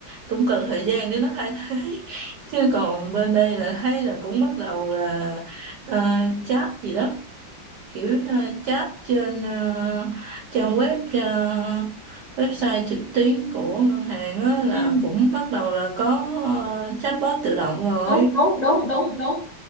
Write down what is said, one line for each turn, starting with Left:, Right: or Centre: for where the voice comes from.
Right: cũng cần thời gian để nó thay thế <laughs> chứ còn bên đây là thấy là cũng bắt đầu là uh, chat gì đó kiểu ờ, chat trên ờ, trang web ờ, website trực tuyến của ngân hàng á, là
Left: ừ,
Right: cũng bắt đầu là có ờ, chatbot tự động rồi
Left: đúng đúng đúng đúng đúng